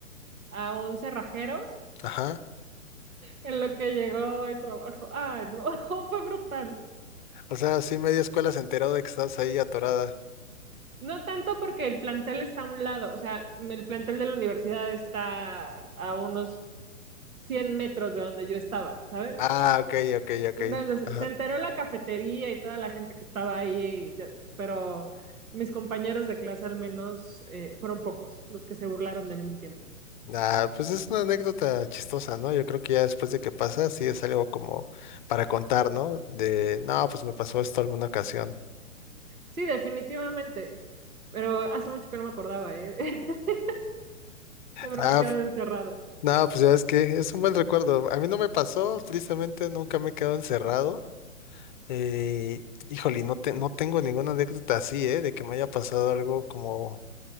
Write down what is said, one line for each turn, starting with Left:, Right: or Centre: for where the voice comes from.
Right: a un cerrajero
Left: <laughs> Ajá.
Right: en lo que llegó y trabajo. Ay, no, <laughs> fue brutal.
Left: O sea, sí, media escuela se enteró de que estás ahí atorada.
Right: No tanto porque el plantel está a un lado, o sea, el plantel de la universidad está a unos 100 metros de donde yo estaba, ¿sabes?
Left: Ah, ok, ok, ok.
Right: Entonces,
Left: Ajá.
Right: se enteró la cafetería y toda la gente que estaba ahí, pero mis compañeros de clase al menos eh, fueron pocos los que se burlaron de mí un tiempo.
Left: Ah, pues es una anécdota chistosa, ¿no? Yo creo que ya después de que pasa, sí es algo como para contar, ¿no? De, no, pues me pasó esto alguna ocasión.
Right: Sí, definitivamente, pero hace mucho que no me acordaba, ¿eh? <laughs> de haberme
Left: Ah,
Right: quedado
Left: f-
Right: encerrada.
Left: no, pues ya es que es un buen recuerdo. A mí no me pasó, tristemente nunca me he quedado encerrado. Eh, híjole, no, te, no tengo ninguna anécdota así, ¿eh? De que me haya pasado algo como